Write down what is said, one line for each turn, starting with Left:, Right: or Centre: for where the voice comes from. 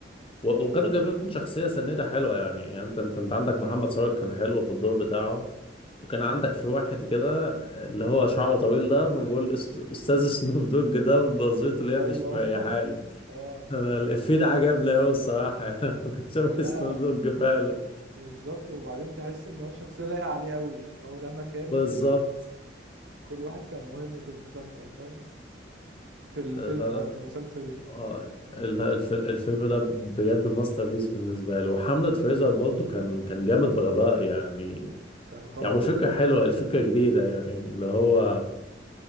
Right: ف
Left: و- وكانوا جايبين شخصية سنيدة حلوة يعني يعني انت انت, انت عندك محمد ثروت كان حلو في الدور بتاعه وكان
Right: آه.
Left: عندك في واحد كده اللي هو شعره طويل ده بقول أست- استاذ سنوب دوج ده ونظرته اللي
Right: أيوه
Left: هي مش مريحالي
Right: <laughs> آه
Left: <laughs> انا الافيه ده عجبني قوي الصراحة <laughs> يعني كان شبه
Right: لا
Left: سنوب دوج فعلا
Right: بالظبط وبعدين تحس إن هو الشخصية لايقة عليه قوي يعني هو ده مكانه
Left: بالظبط
Right: في ال... كل واحد كان مهم في المسلسل فاهم في الفيلم
Left: لا لا
Right: قصدي مسلسل إيه
Left: اه
Right: آه.
Left: ال- الف- الفيلم ده بجد ماستر بيس بالنسبه لي وحمله فريزر برضه كان كان جامد
Right: آه.
Left: بغباء يعني
Right: كان قوي
Left: يعني والفكره
Right: أوي
Left: حلوه الفكره جديده يعني اللي هو
Right: أنا